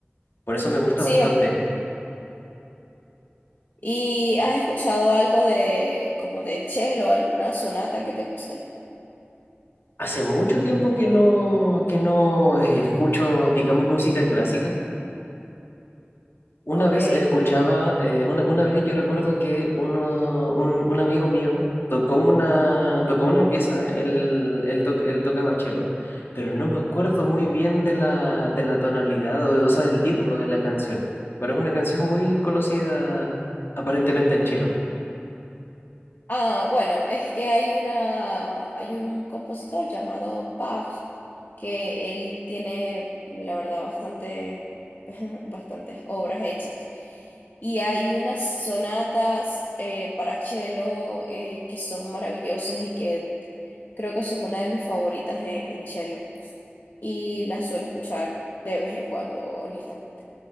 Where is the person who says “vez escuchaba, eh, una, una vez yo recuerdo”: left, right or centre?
Left